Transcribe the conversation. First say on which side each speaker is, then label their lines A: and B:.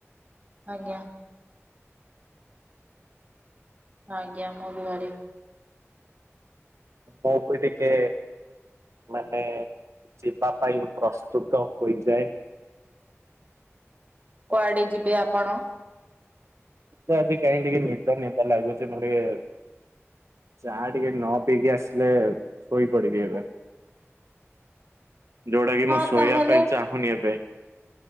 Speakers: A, on the right; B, on the right.
A: ଆଜ୍ଞା ଆଜ୍ଞା ମୁଁ ବି ଘରେ
B: ମୁଁ ବି ଟିକେ ମାନେ ଯିବା ପାଇଁ କଷ୍ଟ ସୁୁଟ ଅପ୍ ହୋଇଯାଏ
A: କୁଆଡେ ଯିବେ ଆପଣ
B: ତ ଆଜି କାହିଁ ଟିକେ ନିଦ ନିଦ ଲାଗୁଛି ମର ଟିକେ ଚାହା ଟିକେ ନ ପିଇକି ଆସିଲେ ଶୋଇ ପଡିବି ଏବେ ଯୋଉଟା କି
A: ହଁ
B: ମୁଁ ଶୋଇବା
A: ତାହେଲେ
B: ପାଇଁ ଚାହୁଁନି ଏବେ